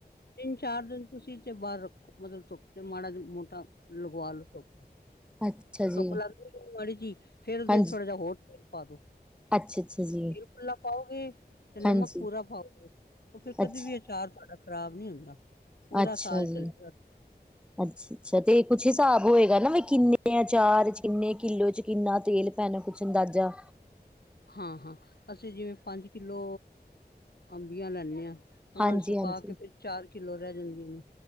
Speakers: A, on the left; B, in the centre.
A: ਤਿੰਨ -ਚਾਰ ਦਿਨ ਤੁਸੀਂ ਤੇ ਬਾਹਰ ਰੱਖੋ। ਮਦਲ ਤੋੱ ਕਤੇ ਮਾ ਦੀ ਮੋਟਾ ਲਗਵਾਲ ਤੋਪ। ਤੇ
B: ਅੱਛਾ
A: ਧੁੱਪ
B: ਜੀ
A: ਲੱਗਦੀ ਮਾੜੀ ਜੀਹੀ, ਫੇਰ ਉਹਦੇ
B: ਹਾਂਜੀ
A: ਚ' ਥੋੜ੍ਹਾ ਜਿਹਾ ਹੋਰ ਢਲ ਪਾ ਦੋ। ਤੇਲ
B: ਅੱਛਾ ਅੱਛਾ ਜੀ
A: ਖੁਲਾ ਪਾਓਗੇ। ਤੇ ਨਮਕ
B: ਹਾਂਜੀ
A: ਪੂਰਾ ਪਾਓਗੇ। ਉਹ ਫਰ ਕਦੇ
B: ਅੱਛਾ
A: ਵੀ ਅ ਅਚਾਰ ਤੁਹਾਡਾ ਖ਼ਰਾਬ ਨੀ ਹੁੰਦਾ, ਪੂਰਾ
B: ਅੱਛਾ
A: ਸਾਲ
B: ਜੀ
A: ਚਲਦਾ।
B: ਅੱਛਾ- ਅੱਛਾ ਤੇ ਕੁਛ ਹਿਸਾਬ ਹੋਏਗਾ ਨਾ ਕਿੰਨੇ ਆਚਾਰ ਕਿੰਨੇ ਕਿੱਲੋ ਚ' ਕਿੰਨਾ ਤੇਲ ਪੈਣਾ ਕੁਛ ਅੰਦਾਜ਼ਾ
A: ਹਾਂ- ਹਾਂ ਅਸੀਂ ਜਿਵੇਂ ਪੰਜ ਕਿਲੋ, ਅੰਬੀਆਂ ਲੈਂਦੇ ਹਾਂ। ਉਹਨਾ
B: ਹਾਂਜੀ
A: ਨੂੰ ਸੁਕਾ
B: ਹਾਂਜੀ
A: ਕੇ ਫਿਰ ਚਾਰ ਕਿੱਲੋ ਰਹਿ ਜਾਂਦੀਆਂ ਨੇ।